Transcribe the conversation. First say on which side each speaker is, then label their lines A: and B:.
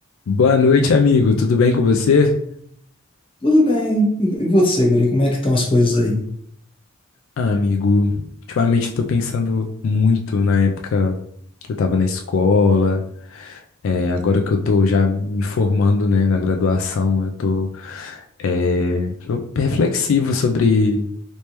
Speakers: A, on the left; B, on the left.
A: Boa noite, amigo. Tudo bem com você?
B: Tudo bem. E e você, Guri, como é que estão as coisas aí?
A: Ah, amigo, ultimamente eu tô pensando muito na época que eu tava na escola. É, agora que eu tô já me formando, né, na graduação, eu tô, é, tô reflexivo sobre,